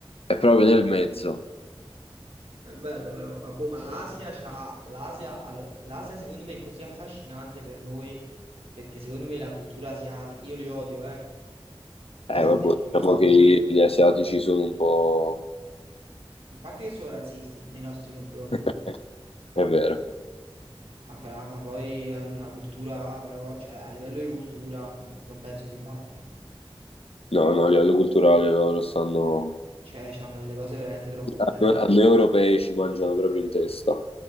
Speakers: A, on the left (about 80°); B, on the right (about 80°).
A: È proprio nel mezzo.
B: è bello però, Ah, boh, ma l'Asia c'ha, l'Asia, allora, l'Asia secondo me è così affascinante per noi, perché secondo me la cultura asiatica, io li odio, eh, gli
A: Eh,
B: asiatici
A: vabbè,
B: li
A: diciamo
B: odio,
A: che gli asiatici sono un po'...
B: a parte che sono razzisti nei nostri confronti,
A: <laughs> È vero.
B: ma, fra, ma poi hanno una cultura, però, cioè, a livello di cultura non non penso si battano.
A: No, no, a livello culturale loro stanno...
B: Cioè, hanno delle cose veramente troppo belle.
A: A noi a noi europei ci mangiano proprio in testa.